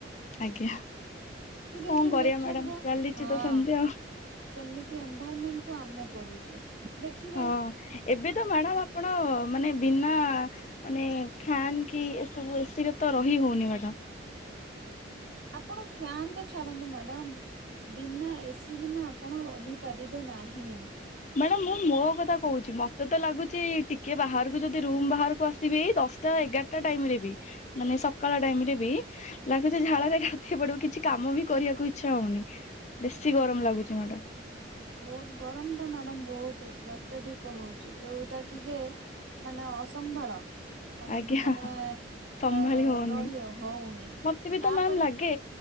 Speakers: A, on the left (about 40°); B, on the right (about 80°).
A: ଆଜ୍ଞା
B: ଆକ୍ଚୁଆଲି
A: କଣ
B: ଏଇ ଯୋଉ
A: କରିବା
B: ନେଚର
A: ମ୍ୟାଡାାମ
B: ବ
A: ଚାଲିଛି
B: ହଁ
A: ତ ସେମତି ଆଉ
B: ସେମିତି ଏନଭାରମେଣ୍ଟ କୁ ଆମେ କରୁଛେ। ଦେଖିବେ
A: ହଁ ଏବେ ତ ମ୍ୟାଡ଼ାମ ଆପଣ ମାନେ ବିନା ଆ ମାନେ ଫ୍ୟାନ କି ଏସବୁ ଏସିରେ ତ ରହି ହଉନି ମ୍ୟାଡମ୍।
B: ଆପଣ ଫ୍ୟାାନ ତ ଛାଡନ୍ତୁ ମ୍ୟାଡାମ। ବିନା ଏସି କି ବିନା ଆପଣ ରହିପାରିବେ ନାହିଁ।
A: ମ୍ୟାଡାମ୍ ମୁଁ ମୋ କଥା କହୁଛି ମତେ ତ ଲାଗୁଛି ଟିକେ ବାହାରକୁ ଯଦି ରୁମ ବାହାରକୁ ଆସିବି ଦଶଟା ଏଗାରଟା ଟାଇମ୍ ରେ ବି ମାନେ ସକାଳ ଟାଇମ୍ ରେ ବି ଲାଗୁଛି, ଝାଳରେ ଗାଧେଇ ପଡିବି। କିଛି କାମ ବି କରିବାକୁ ଇଛା ହଉନି ବେଶୀ ଗରମ ଲାଗୁଛି ମ୍ୟାଡ୍
B: ବହୁତ ଗରମ ଟା ମ୍ୟାଡମ ବହୁତ ହଉଛି ଅତ୍ୟଧିକ ହଉଛି ଯୋଉଟା କି ଯେ ମାନେ ଅସମ୍ଭାଳ। ସମ୍
A: ଆଜ୍ଞା
B: ମାନେ
A: ସମ୍ଭାଳି
B: ଅ
A: ହଉନି।
B: ରହିି ହଉନି।
A: ମତେ ବି ତ
B: ତାପରେ
A: ମ୍ୟାମ୍ ଲାଗେ